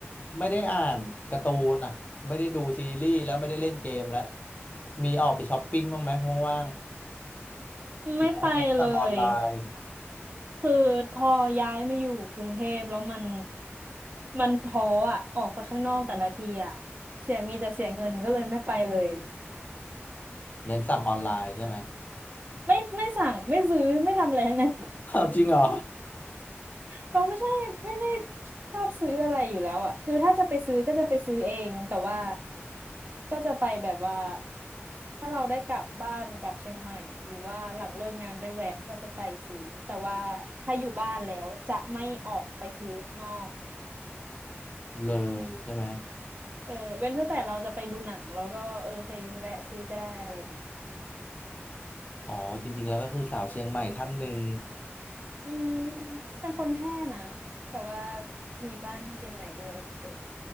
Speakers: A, on the left; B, on the right.
A: ไม่ได้อ่านการ์ตูนอ่ะไม่ได้ดูซีรีส์แล้วไม่ได้เล่นเกมแล้วมีออกไปช้อปปิ้งบ้างไหมว่างๆหรือว่าเน้นสั่งออนไลน์
B: ไม่ไปเลยคือพอย้ายมาอยู่กรุงเทพแล้วมันมันท้ออ่ะออกไปข้างนอกแต่ละทีอ่ะเสียมีแต่เสียเงินก็เลยไม่ไปเลย
A: เน้นสั่งออนไลน์ใช่ไหม
B: ไม่ไม่สั่งไม่ซื้อไม่ทำอะไรทั้งนั้น
A: อ้าวจริงเหรอ
B: เราไม่ใช่ไม่ได้ชอบซื้ออะไรอยู่แล้วอ่ะคือถ้าจะไปซื้อก็จะไปซื้อเองแต่ว่าก็จะไปแบบว่าถ้าเราได้กลับบ้านกลับเชียงใหม่หรือว่าหลังเลิกงานได้แวะก็จะไปซื้อแต่ว่าถ้าอยู่บ้านแล้วจะไม่ออกไปซื้อข้างนอก
A: เลยใช่ไหม
B: เออเว้นตั้งแต่เราจะไปดูหนังแล้วก็เออไปแวะซื้อก็ได้อะไรเงี้ย
A: อ๋อจริงๆแล้วก็คือสาวเชียงใหม่ท่านหนึ่ง
B: อืมเป็นคนแพร่นะแต่ว่ามีบ้านที่เชียงใหม่ด้วยเฉย